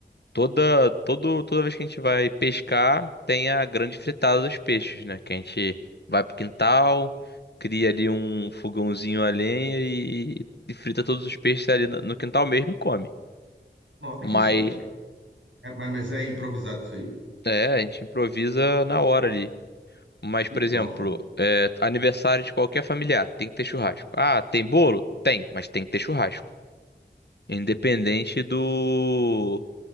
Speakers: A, on the left; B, on the right.
A: toda, todo, toda vez que a gente vai pescar, tem a grande fritada dos peixes, né? Que a gente vai pro quintal, cria ali um fogãozinho a lenha e, e frita todos os peixes ali no, no quintal mesmo e come.
B: Nossa,
A: Mas,
B: que show, cara. É, mas, mas é improvisado isso aí?
A: é, a gente improvisa na hora ali. Mas,
B: Que
A: por
B: top.
A: exemplo, é, aniversário de qualquer familiar, tem que ter churrasco. Ah, tem bolo? Tem, mas tem que ter churrasco. Independente do,